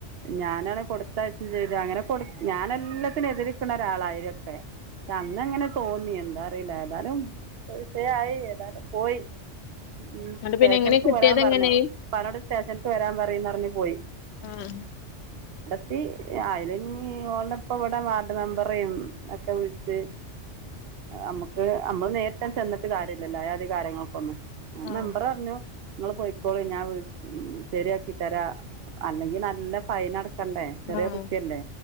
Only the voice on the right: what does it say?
ഞാനാണ് കൊടുത്തയച്ചു ചെയ്ത് അങ്ങനെ കൊടു ഞ എല്ലാത്തിനും എതിരിക്കുന്ന ഒരാളായി അന്ന അങ്ങനെ തോന്നി എന്താ അറിയില്ല ഏതാലും വിഷയായി ഏതാലും പോയി ഉം
സ്റ്റേഷൻക്ക്
വരാൻ പറഞ്ഞു.
ഇപ്പാനോട് സ്റ്റേഷൻക്ക് വരാൻ പറീന്നറിഞ്ഞ് പോയി.
ത്തി അയ്‌ലെ ഇഞ്ഞി ഓൾടെപ്പ ഇവടെ വാർഡ് മെമ്പറിം ഒക്കെ വിളിച്ച്, അമ്മക്ക് അമ്മള് നേരിട്ടാണ്ട് ചെന്നിട്ട് കാര്യല്ലല്ലോ ആയാധി കാര്യങ്ങൾക്ക് ഒന്നും. ആ
മെമ്പർ പറഞ്ഞു ഇങ്ങള് പൊയ്ക്കോളിം ഞാ പ് ഉം ശരിയാക്കി തരാ അല്ലെങ്കി നല്ല ഫൈൻ അട ക്കണ്ടേ ചെറിയ
കുട്ടിയല്ലേ